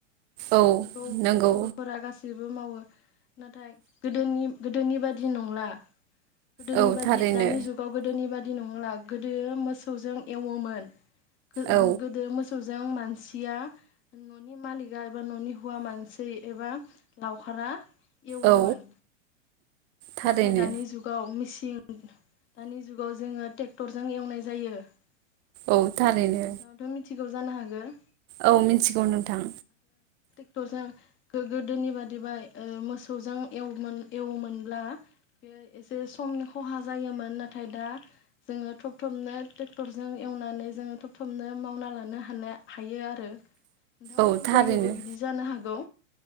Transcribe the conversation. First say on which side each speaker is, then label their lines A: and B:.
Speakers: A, on the right; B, on the left.
A: औ
B: बेखौ
A: नंगौ
B: फोरा गासिबो मावो नाथाय गोदोनि गोदोनि बादि नंला। गोदोनि
A: औ
B: बायदि
A: थारैनो
B: दानि जुगाव गोदोनि बायदि नंला। गोदो मोसौजों एवोमोन गो
A: औ
B: गोदो मोसौजों मानसिया न'नि मालिकआ एबा न'नि हौवा मानसै एबा लावखारा एवोमोन
A: औ थारैनो
B: नाथाय दानि जुगाव मिसिन <unintelligible> दानि जुगाव जोङो टेक्टरजों एवनाय जायो। नोंथाङाथ'
A: औ थारैनो
B: मिथिगौ जानो हागो <inaudible>
A: औ मिथिगौ नोंथां।
B: <unintelligible> गोदोनि बादिबा ओ मोसौजों एवोमोनब्ला बे एसे समनि खहा जायोमोन नाथाय दा जोङो थब थबनो टेक्टरजों एवनानै जोङो थब थबनो मावना लानो हानो हायो आरो। नोंथांमोननि
A: औ थारैनो
B: जायगायावबो बिदि जानो हागौ।